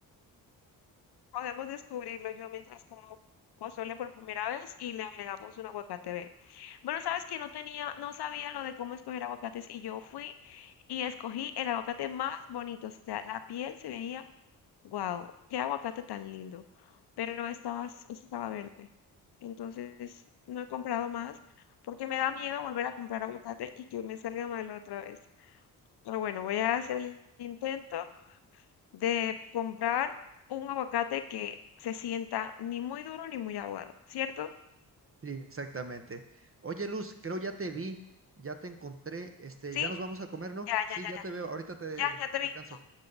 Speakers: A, on the left (about 60°); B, on the right (about 30°).
A: Podemos descubrirlo yo mientras como pozole por primera vez y le agregamos un aguacate verde. Bueno, sabes que no tenía, no sabía lo de cómo escoger aguacates y yo fui y escogí el aguacate más bonito. O sea, la piel se veía, wow, qué aguacate tan lindo. Pero estaba, s- estaba verde. Entonces no he comprado más porque me da miedo volver a comprar aguacate y que me salga mal otra vez. Pero bueno, voy a hacer el intento de comprar un aguacate que se sienta ni muy duro ni muy aguado, ¿cierto?
B: Sí, exactamente. Oye, Luz, creo ya te vi, ya te encontré, este,
A: ¿Sí?
B: ya nos vamos a comer, ¿no?
A: Ya,
B: Sí,
A: ya, ya,
B: ya
A: ya.
B: te veo, ahorita te,
A: Ya, ya
B: te
A: te vi.
B: alcanzo.
A: Ya.